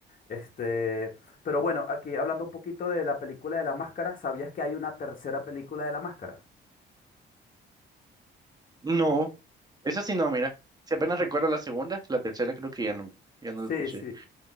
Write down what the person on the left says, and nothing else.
Este, pero bueno, aquí hablando un poquito de la película de la máscara, ¿sabías que hay una tercera película de la máscara?
Sí,
sí.